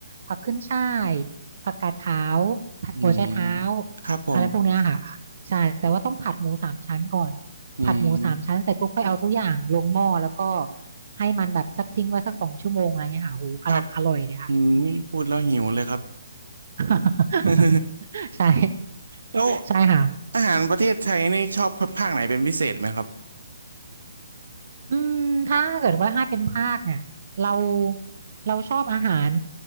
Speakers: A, on the right (about 60°); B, on the right (about 85°).
A: ผักขึ้นฉ่ายผักกาดขาว
B: อืม
A: หัวไชเท้า
B: ครับผม
A: อะไรพวกเนี้ยค่ะใช่แต่ว่าต้องผัดหมูสามชั้นก่อน
B: อืม
A: ผัดหมูสามชั้นเสร็จปุ๊บค่อยเอาทุกอย่างลงหม้อแล้วก็ให้มันแบบสักทิ้งไว้สักสองชั่วโมงอะไรเงี้ยค่ะโหกำลังอร่อยเลยค่ะ
B: ครับอืมนี่พูดแล้วหิวเลยครับ
A: <laughs>
B: <laughs>
A: ใช่
B: แล้ว
A: ใช่ค่ะ
B: อาหารประเทศไทยนี่ชอบภาคไหนเป็นพิเศษไหมครับ
A: อืมถ้าเกิดว่าให้เป็นภาคเนี่ยเราเราชอบอาหาร